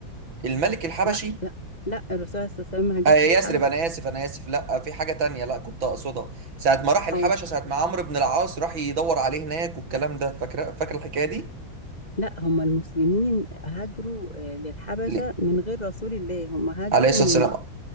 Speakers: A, on the right; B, on the left.
A: الملك الحبشي
B: لا لا لا الرسول عليه الصلاة والسلام ما هاجرش
A: آه، يثرب
B: للحبشة
A: انا اسف انا اسف لا في حاجة تانية لا كنت اقصدها ساعة ما راح الحبشة
B: اه
A: ساعة ما عمرو بن العاص راح يدور عليه هناك والكلام ده فاكر فاكر الحكاية دي؟
B: لا هم المسلمين هاجروا آه، للحبشة
A: ليه؟
B: من غير رسول الله هم هاجروا
A: عليه الصلاة
B: من
A: والسلام